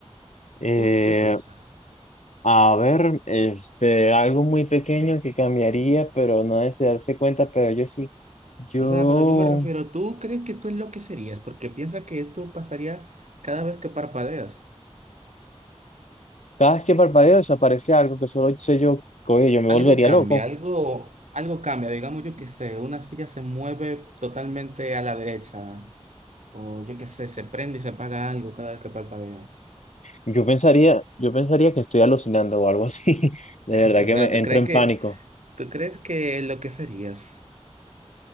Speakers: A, on the left; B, on the right.
A: Eh,
B: ¿Tú qué piensas?
A: a ver, este, algo muy pequeño que cambiaría, pero nadie se darse cuenta, pero yo sí. Yo,
B: O sea, pero yo me refiero, ¿tú crees que tú es lo que serías? Porque piensa que esto pasaría cada vez que parpadeas.
A: cada vez que parpadeo desaparece algo que solo sé yo, oye, yo me
B: Algo
A: volvería
B: cambia,
A: loco.
B: algo, algo cambia. Digamos, yo qué sé, una silla se mueve totalmente a la derecha. O yo qué sé, se prende y se apaga algo cada vez que parpadeas.
A: Yo pensaría, yo pensaría que estoy alucinando o algo así. <laughs> De
B: <laughs>
A: verdad
B: O
A: que
B: sea,
A: me
B: ¿tú
A: entro
B: crees
A: en
B: que...
A: pánico.
B: ¿Tú crees que lo que serías?